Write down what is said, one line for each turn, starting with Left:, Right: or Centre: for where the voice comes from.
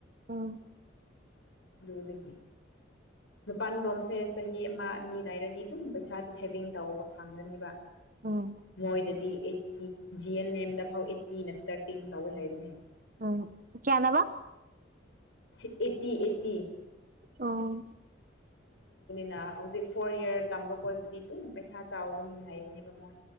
Right: ꯎꯝ
Left: ꯑꯗꯨꯗꯒꯤ ꯃꯄꯥꯜ ꯔꯣꯝꯁꯦ ꯆꯍꯤ ꯑꯃ ꯑꯅꯤ ꯂꯩꯔꯗꯤ ꯑꯗꯨꯝ ꯄꯩꯁꯥꯗꯤ ꯁꯦꯚꯤꯡ ꯇꯧꯕ ꯐꯪꯒꯅꯦꯕ
Right: ꯎꯝ
Left: ꯃꯣꯏꯗꯗꯤ ꯑꯩꯠꯇꯤ ꯖꯤ ꯑꯦꯟ ꯑꯦꯝꯗ ꯐꯥꯎ ꯑꯦꯠꯇꯤꯅ ꯏꯁꯇꯥꯔꯇꯤꯡ ꯇꯧꯋꯦ ꯍꯥꯏꯕꯅꯦ
Right: ꯎꯝ ꯀꯌꯥꯅꯦꯕ
Left: ꯁꯤꯠ ꯑꯦꯠꯇꯤ ꯑꯦꯠꯇꯤ
Right: ꯑꯣ
Left: ꯗ ꯍꯧꯖꯤꯛ ꯐꯣꯔ ꯌꯤꯌꯥꯔ ꯇꯝꯕ ꯀꯣꯏꯕꯨꯗꯤ ꯑꯗꯨꯝ ꯄꯩꯁꯥ ꯆꯥꯎꯒꯅꯤ ꯍꯥꯏꯕꯅꯦꯕ ꯃꯣꯏ